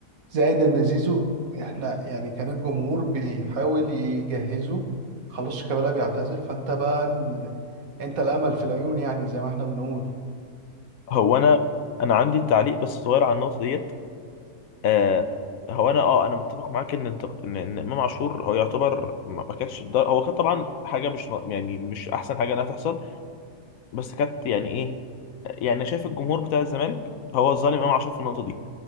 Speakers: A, on the right; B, on the left.
A: زائد إن زيزو إحنا يعني كان الجمهور بيحاول يجهزه خلاص شيكابالا بيعتزل فأنت بقى ال... أنت الأمل في العيون يعني زي ما إحنا بنقول
B: هو أنا أنا عندي التعليق بس صغير على النقطة ديت آه هو أنا أه أنا متفق معاك إن أنت إن إن إمام عاشور هو يعتبر ما ما كانش الدر- هو كان طبعا حاجة مش م- يعني مش أحسن حاجة إنها تحصل بس كانت يعني إيه يعني شايف الجمهور بتاع الزمالك هو ظالم إمام عاشور في النقطة دي